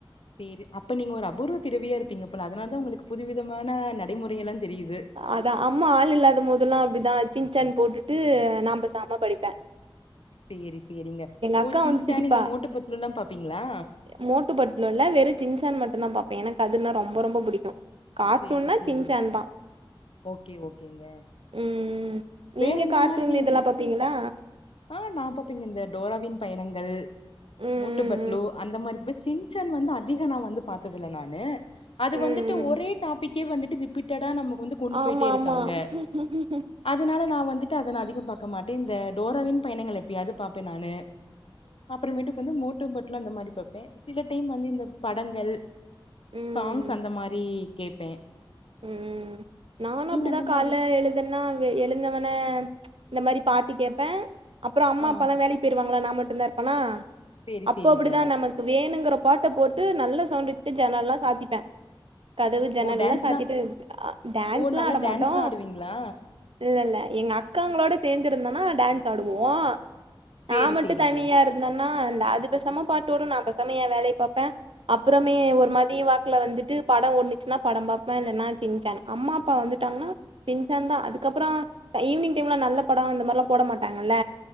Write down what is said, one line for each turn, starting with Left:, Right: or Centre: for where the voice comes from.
Left: சேரி அப்ப நீங்க ஒரு அபூர்வ பிறவியா இருப்பீங்க போல அதனால தா உங்களுக்கு புது விதமான நடைமுறை எல்லா தெரியுது
Right: அதா அம்மா ஆள் இல்லாத மோதுல்லா அப்டிதா சின் சன் போட்டுட்டு நா பேசாம படிப்ப
Left: சேரி சேரிங்க ஓ
Right: அக்கா
Left: சின்ச்சான்ி
Right: வந்து திட்டிப்பா
Left: இந்த மூட்டு பட்டுல்லுலா பாப்பீங்களா
Right: மோட்டு பட்டுலு இல்ல வெறு சின்சான் மட்டும்்தா பா்ப்ப எனக்கு அதுனா ரொம்ப ரொம்ப புடிக்கும் கார்ட்டுன்னா
Left: சேரி சேரிங்க
Right: சின்சன் தா
Left: ஓகே ஓகேங்க
Right: ம் ம் நீங்க
Left: வேற எந்த
Right: கார்ட்டுனு
Left: மாரி நீங்க
Right: இதல்லா பார்ப்பீங்களா
Left: ஆ நா பார்ப்பங்க இந்த டோராவின் பயணங்கள்
Right: ம்
Left: மேட்டுபட்
Right: ம்
Left: லோ அந்த மாரிபே சின்சேன் வந்து அதிக நா வந்து பாத்தது இல்ல நானு அது
Right: ம்
Left: வந்துட்டு
Right: ம்
Left: ஒரே டாப் பிக்கே வந்துட்டு ரிப்பீட்டடா நம்ம வந்து கொண்டு
Right: ஆமா
Left: போயிட்டே இருக்காங்க
Right: ஆமா ம்
Left: அதுனால நா வந்துட்டு அத நா அதிகம் பாக்க மாட்டே இந்த டோராவின் பயணங்கள் எப்பயாது பாப்பே நானு அப்புறமேட்டு கொஞ்சம் மோட்டு பட்டுலு அந்த மாரி பாப்பே சில டைம் வந்து இந்த படங்கள்
Right: ம்
Left: சாங்ஸ் அந்த மாரி கேட்பே
Right: ம் நானு அப்டிதா
Left: அந்த
Right: கால
Left: மாரி
Right: எழு இதனா வே எழுந்தவன இந்த மாரி பாட்டு கேட்ப அப்ரோ அம்மா
Left: ஆ
Right: அப்பாலா வேலைக் பெருவாங்களா நா மட்டு தா இருப்பனா
Left: சேரி
Right: அப்போ
Left: சேரிங்க
Right: அப்டிதா நமக் கு வேணுங்குற பாட்ட போட்டு நல்ல சவுண்டு வைச்சி ஜன்னல்லா சாதிப்ப கதவு ஜன்னல்லா
Left: ஓ டான்ஸ்லா
Right: சாத்திட்டு ஆ டான்ஸ்லா
Left: ஓ நல்லா
Right: ஆட
Left: டான்ஸ்லா
Right: மாட்டோ
Left: ஆடுவீங்களா
Right: இல்ல இல்ல எங்க அக்காங்களோட சேர்ந்துருந்தனா டான்ஸ் ஆடுவோ
Left: சேரி
Right: நா மட்டு
Left: சேரிங்க
Right: தனியா இருந் தனா இந்த அது பெசம பாட்டோடு நா பெசம ஏ வேலய பாப்ப அப்புறமே ஒரு மாறி வாக்குல வந்துட்டு படோ ஒடுன்ச்சின்னா படம் பாப் பே இல்ல நா சின்ச்சன அம்மா அப்பா வந்துட்டாங்னா சின்சன்தா அதுக்கப்ரோ அ ஈவினிங் டைம்ல நல்ல படோ இந்த மாதிரி போட மாட்டாங்கல்ல